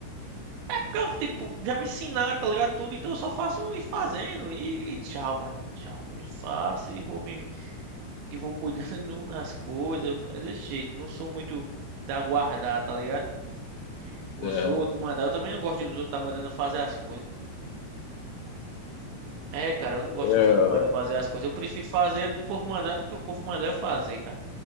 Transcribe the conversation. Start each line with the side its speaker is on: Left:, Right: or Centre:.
Right: É porque eu, tipo, já me ensinaram, tá ligado? Tudo, então eu só faço e fazendo e, e tchau, mano. Tchau. Eu faço e vou me e vou cuidando <laughs> das coisas. É desse jeito, não sou muito da guardar, tá ligado? Os
Left: é.
Right: outros mandar, eu também não gosto dos outros tá mandando fazer as coisas. É, cara, eu não gosto
Left: É,
Right: que os outros
Left: Eu-
Right: mandam fazer as coisas. Eu prefiro fazer do povo mandar do que o povo mandar eu fazer, cara.